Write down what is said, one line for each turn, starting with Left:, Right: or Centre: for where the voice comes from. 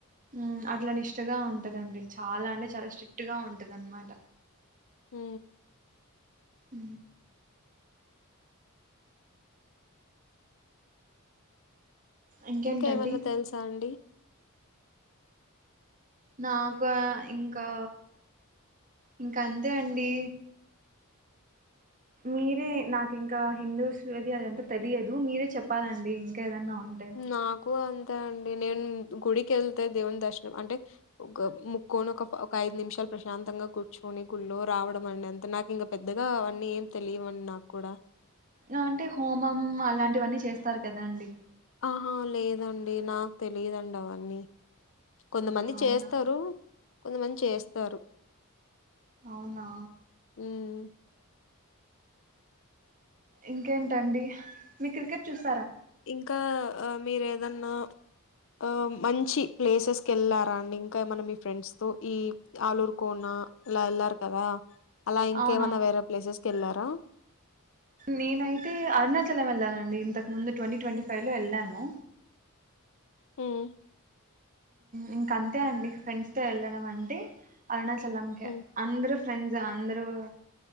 Right: ఊ అట్లా నిష్టగా ఉంటదండి చాలా అంటే చాలా స్ట్రిక్ట్ గా ఉంటది అన్నమాట
Left: ఊ
Right: ఊ ఇంకేంటండి
Left: ఇంకా ఏమన్నా తెలుసా అండి
Right: నాక ఇంకా ఇంకా అంతే అండి మీరే నాకు ఇంకా హిందూస్ అది అదంతా తెలియదు మీరే చెప్పాలండి ఇంకా ఏదన్నా ఉంటే
Left: నాకు అంతే అండి నేను గుడికి వెళ్తే దేవుని దర్శనం అంటే ఒక ముక్కొని ఒక ఒక ఐదు నిమిషాలు ప్రశాంతంగా కూర్చుని గుళ్లో రావడం అడి అంత నాకు ఇంకా పెద్దగా అవన్నీ ఏం తెలియవ నాకు కూడా
Right: ఇంకా అంటే హోమం అలాంటివన్నీ చేస్త తార కదాండి
Left: అ లేదండి నాకు తెలియదండి అవన్నీ కొంతమంది
Right: అవునా
Left: చేస్తారు కొంతమంది చేస్తారు
Right: అవునా
Left: హుమ్
Right: ఇంకేంటండి మీ క్రికెట్ చూస్
Left: ఇంకా ఆ మీరు ఏదన్నా ఆ మంచి ప్లేసెస్ కెళ్లారా అండి ఇంకా ఏమైన్నా మీ ఫ్రెండ్స్ తో ఈ ఆలూరు కోన ఇలా ఎళ్లారు కదా అలా ఇంకేమన్నా
Right: అవునా
Left: వేరే ప్లేసెస్ కెల్లారా
Right: నేనైతే అరుణాచలం వెళ్ళానండి ఇంతకు ముందు ట్వంటీ ట్వంటీ ఫైవ్ లో ఎళ్ళాను
Left: హుమ్
Right: ఇంక అంతే అండి ఫ్రెండ్స్ తో ఎళ్ళడం అంటే అరుణ చలం కే
Left: మ్మ్
Right: అందరు ఫ్రెండ్స్ అందరు ఆ